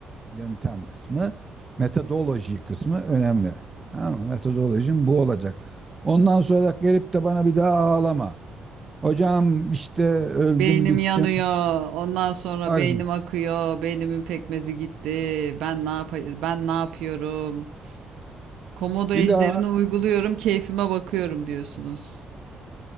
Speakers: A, on the right (about 25°); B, on the right (about 80°).
A: Yöntem kısmı. Metodoloji kısmı önemli. Ama metodolojim bu olacak. Ondan sonra gelip de bana bir daha ağlama. Hocam işte öldüm
B: Beynim
A: bittim.
B: yanıyor. Ondan sonra
A: Bak
B: beynim
A: şimdi,
B: akıyor. Beynimin pekmezi gitti. Ben ne yap Ben ne yapıyorum? Komodo ejderini
A: bir daha
B: uyguluyorum. Keyfime bakıyorum diyorsunuz.